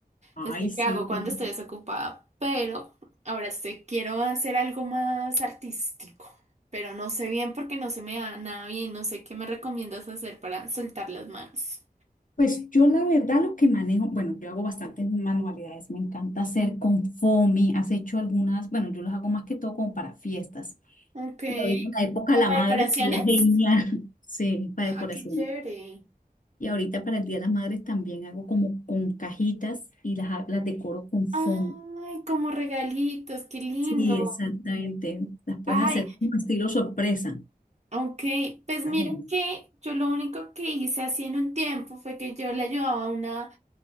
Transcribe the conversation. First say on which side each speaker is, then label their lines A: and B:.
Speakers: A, on the left; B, on the right.
A: Ay,
B: Es lo
A: sí.
B: que hago cuando
A: que-
B: estoy desocupada, pero ahora estoy, quiero hacer algo más artístico, pero no sé bien porque no se me da nada bien, no sé qué me recomiendas hacer para soltar las manos.
A: Pues yo la verdad lo que manejo, bueno, yo hago bastantes manualidades, me encanta hacer con foamy, has hecho algunas, bueno, yo las hago más que todo como para fiestas.
B: Ok.
A: Y ahorita en la época
B: ¿Como
A: de la
B: para
A: madre
B: decoraciones?
A: sería genial,
B: <laughs>
A: <laughs> sí, para decoración.
B: Ah, qué chévere.
A: Y ahorita para el Día de las Madres también hago como con cajitas y las, ha- las decoro con foamy.
B: Ay, como regalitos, qué lindo.
A: Sí, exactamente, las puedes
B: Ay,
A: hacer como estilo sorpresa.
B: ok, pues
A: Está
B: mira
A: genial.
B: que yo lo único que hice así en un tiempo fue que yo le ayudaba a una